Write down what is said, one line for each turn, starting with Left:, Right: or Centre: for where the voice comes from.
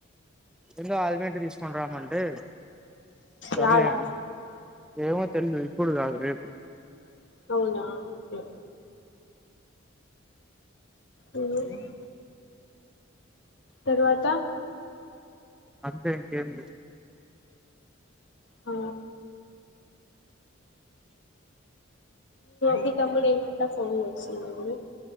Centre: ఏందో ఆయిల్ ప్యాకెట్ తీసుకని రామంటే సర్లేడి
Left: యాడా
Centre: ఏమో తెలీదు ఇప్పుడు కాదు రేపు
Left: అవునా ఓకే మ్మ్ తరువాత
Centre: అంతే ఇంకేం
Left: అ మీ తమ్ముడు ఏమంటా ఫోన్ చేస్తుండగా